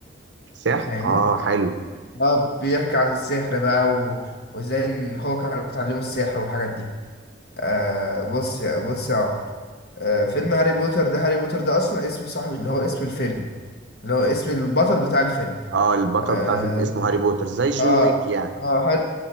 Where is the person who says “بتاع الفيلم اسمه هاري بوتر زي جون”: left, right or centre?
Right